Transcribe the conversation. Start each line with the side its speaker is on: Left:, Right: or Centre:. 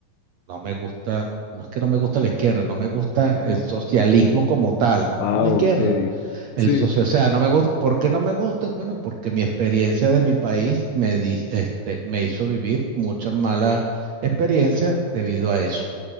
Right: no me gusta, no es que no me gusta la izquierda, no me gusta el socialismo como tal.
Left: Ah,
Right: No la
Left: ok.
Right: izquierda. El
Left: Sí,
Right: socio, o sea, no me gusta. ¿Por qué no me gusta? Bueno, porque mi experiencia de mi país me, di- este, me hizo vivir muchas malas experiencias debido a eso.